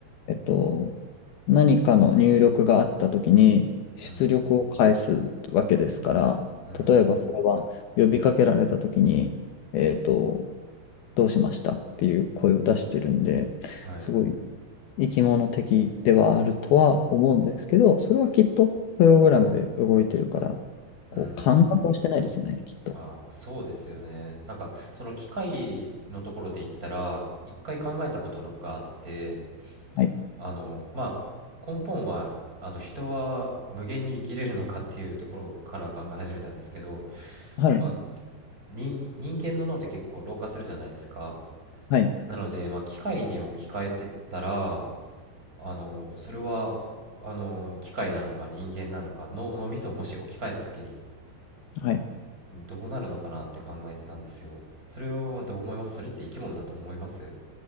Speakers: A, on the left (about 70°); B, on the right (about 20°).
A: えっと、何かの入力があったときに、出力を返すわけですから、
B: うん、うん、
A: 例えばそれは呼びかけられたときに、えっと、どうしましたっていう声を出してるんで、
B: はい、
A: すごい
B: う
A: 生き物的ではあるとは思うんですけど、それはきっとプログラムで動いてるから、こう、
B: ーん。
A: 感覚はしてないですよね、きっと。
B: ああ、そうですよね。なんか、その機械のところで言ったら、一回考えたことのがあって、
A: はい。
B: あの、まあ、根本は、あの、人は無限に生きれるのかっていうところから考え始めたんですけど、
A: はい。
B: まあ、人、人間の脳って結構老化するじゃないですか。
A: はい。
B: なので、まあ、機械に置き換えてったら、あの、それは、あの、機械なのか人間なのか、脳、脳みそをもし置き換えた時に、
A: はい。
B: どうなるのかなって考えてたんですよ。それはどう思いますそれって生き物だと思います